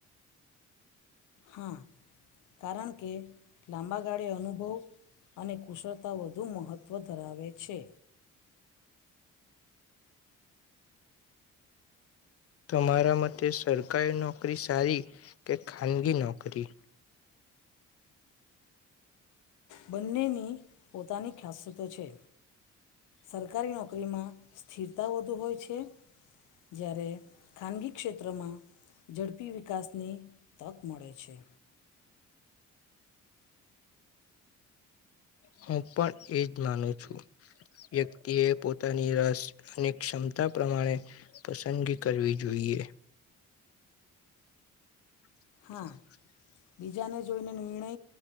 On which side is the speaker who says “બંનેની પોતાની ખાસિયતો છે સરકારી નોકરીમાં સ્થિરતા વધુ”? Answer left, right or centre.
Left